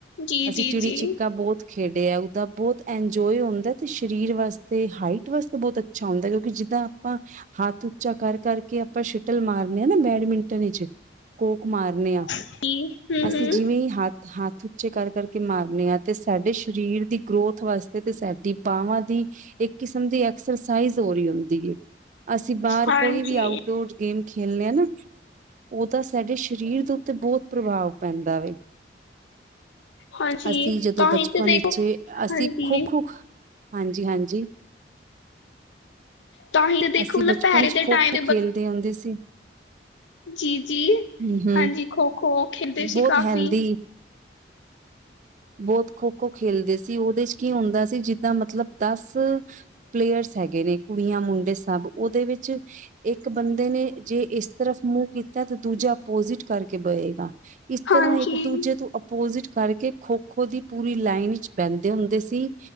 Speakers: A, on the left; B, on the right.
A: ਜੀ
B: ਅਸੀਂ
A: ਜੀ
B: ਚਿੜੀ
A: ਜੀ
B: ਛਿੱਕਾ ਬਹੁਤ ਖੇਡੇ ਆ। ਉਹਦਾ ਬਹੁਤ ਇੰਜੋਏ ਹੁੰਦਾ ਤੇ, ਸਰੀਰ ਵਾਸਤੇ ਹਾਈਟ ਵਾਸਤੇ ਬਹੁਤ ਅੱਛਾ ਹੁੰਦਾ। ਕਿਉਂਕਿ ਜਿੱਦਾਂ ਆਪਾਂ ਹੱਥ ਉੱਚਾ ਕਰ- ਕਰ ਕੇ ਆਪਾਂ ਸ਼ਟਲ ਮਾਰਨੇ ਹਾਂ, ਨਾ। ਬੈਡਮਿੰਟਨ ਵਿੱਚ, ਕੋਕ ਮਾਰਨੇ ਆ।
A: <inaudible> <inaudible> ਹੂੰ-ਹੂੰ।
B: ਅਸੀਂ ਜਿਵੇਂ ਹੀ। ਹੱਥ, ਹੱਥ ਉਚੇ ਕਰ- ਕਰ ਕੇ ਮਾਰਨੇ ਆ। ਤੇ ਸਾਡੇ ਸਰੀਰ ਦੀ ਗਰੋਥ ਵਾਸਤੇ, ਤੇ ਸਾਡੀ ਬਾਹਵਾਂ ਦੀ। ਇੱਕ ਕਿਸਮ ਦੀ ਐਕਸਰਸਾਈਜ਼ ਹੋ ਰਹੀ ਹੁੰਦੀ ਹੈ। ਅਸੀਂ ਬਾਹਰ
A: ਹਾਂਜੀ,
B: ਕੋਈ ਵੀ ਆਊਟ ਡੋਰ ਗੇਮ ਖੇਲਣੇ ਆ ਨਾ। ਉਹ ਤਾਂ ਸਾਡੇ ਸਰੀਰ ਤੋਂ ਤੇ ਬਹੁਤ ਪ੍ਰਭਾਵ ਪੈਂਦਾ ਵੇ।
A: ਹਾਂਜੀ
B: ਅਸੀਂ ਜਦੋਂ
A: ਤਾਂਹੀ
B: ਬਚਪਨ
A: ਤੇ ਦੇਖੋ
B: ਵਿੱਚ, ਅਸੀਂ
A: ਹਾਂਜੀ
B: ਖੋ- ਖੋ। ਹਾਂਜੀ- ਹਾਂਜੀ।
A: ਤਾਂਹੀ ਤੇ ਦੇਖੋ
B: ਅਸੀਂ
A: ਮਤਲਬ
B: ਬਚਪਨ
A: ਪਹਿਲੇ
B: ਵਿੱਚ, ਖੋ-
A: ਦੇ ਟਾਈਮ
B: ਖੋ ਖੇਡਦੇ ਆਉਂਦੇ ਸੀ।
A: ਜੀ- ਜੀ,
B: ਹੂੰ-ਹੂੰ।
A: ਹਾਂਜੀ ਖੋ- ਖੋ ਖੇਡਦੇ ਸੀ
B: ਬਹੁਤ
A: ਕਾਫ਼ੀ।
B: ਹੈਲਦੀ ਬਹੁਤ ਖੋ- ਖੋ ਖੇਲਦੇ ਸੀ, ਉਹਦੇ ਚ। ਕੀ ਹੁੰਦਾ ਸੀ। ਜਿੱਦਾਂ ਮਤਲਬ ਦਸ ਪਲੇਅਰਸ ਹੈਗੇ ਨੇ। ਕੁੜੀਆਂ ਮੁੰਡੇ ਸਭ ਉਹਦੇ ਵਿੱਚ ਇੱਕ ਬੰਦੇ ਨੇ ਜੇ ਇਸ ਤਰਫ ਮੂੰਹ ਕੀਤਾ ਤੇ, ਦੂਜਾ ਆਪੋਜਿਟ ਬਏਗਾ। ਇਸ ਤਰਾਂ
A: ਹਾਂਜੀ।
B: ਇੱਕ ਦੂਜੇ ਤੋਂ ਅੋਪੋਜਿਟ ਕਰਕੇ। ਖੋ- ਖੋ ਦੀ ਪੂਰੀ ਲਾਈਨ ਵਿੱਚ, ਬਹਿੰਦੇ ਹੁੰਦੇ ਸੀ।